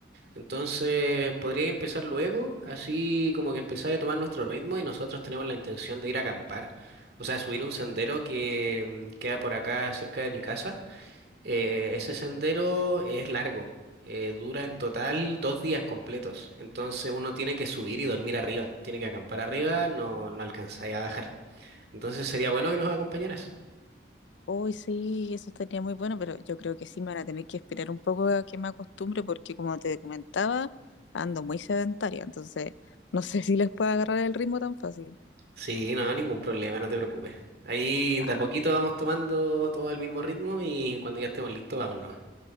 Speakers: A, on the right; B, on the left.
A: Entonces, podría empezar luego, así como que empezar a tomar nuestro ritmo y nosotros tenemos la intención de ir a acampar. O sea, subir un sendero que mm, queda por acá cerca de mi casa. Eh, ese sendero es largo, eh, dura en total dos días completos. Entonces uno tiene que subir y dormir arriba, tiene que acampar arriba, no, no alcanzáis a bajar. Entonces sería bueno que nos acompañaras.
B: Hoy sí, eso estaría muy bueno, pero yo creo que sí me van a tener que esperar un poco a que me acostumbre, porque como te comentaba, ando muy sedentaria, entonces no sé <laughs> si les puedo agarrar el ritmo tan fácil.
A: Sí, no, ningún problema, no te preocupes. Ahí
B: Ah,
A: de a poquito vamos tomando todo el mismo ritmo y cuando ya estemos listos, vámonos.